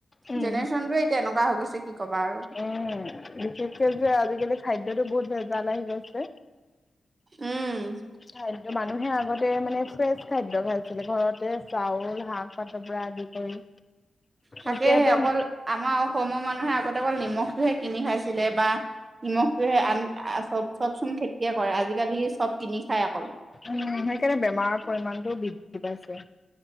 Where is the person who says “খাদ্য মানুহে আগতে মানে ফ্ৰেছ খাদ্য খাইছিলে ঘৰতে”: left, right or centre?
Left